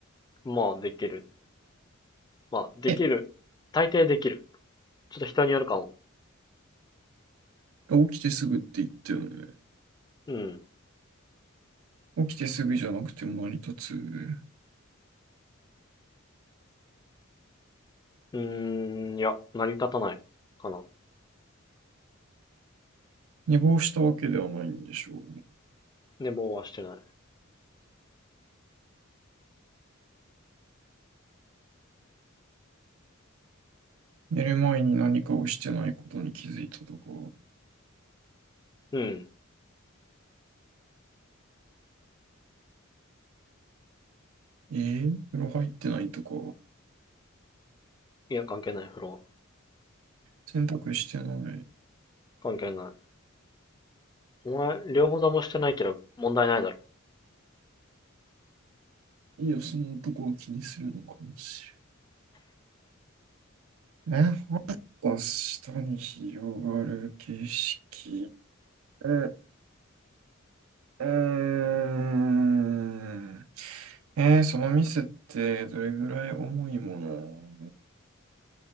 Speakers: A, on the left; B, on the right.
A: まあ、できる。まあ、できる。
B: え
A: 大抵できる。ちょっと人によるかも。
B: 起きてすぐって言ったよね。
A: うん。
B: 起きてすぐじゃなくても成り立つ。
A: うーん、いや、成り立たない。かな。
B: 寝坊したわけではないんでしょう。
A: 寝坊はしてない。
B: 寝る前に何かをしてないことに気づいたとか、
A: うん。
B: えー、風呂入ってないとか、
A: いや、関係ない、風呂は。
B: 洗濯してない。
A: 関係ない。お前、両方ともしてないけど、問題ないだろ。
B: いや、その男を気にするのかもしれない。え、また下に広がる景色。う、うーん。えー、その店ってどれぐらい重いもの